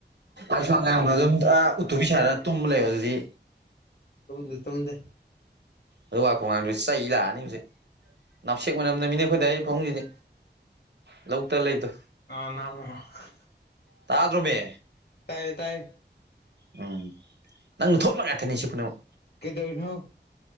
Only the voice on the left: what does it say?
ꯇꯨꯝꯗꯦ ꯇꯨꯝꯗꯦ
<unintelligible>
ꯇꯥꯏꯌꯦ ꯇꯥꯏꯌꯦ
ꯀꯩꯗꯧꯔꯤꯅꯣ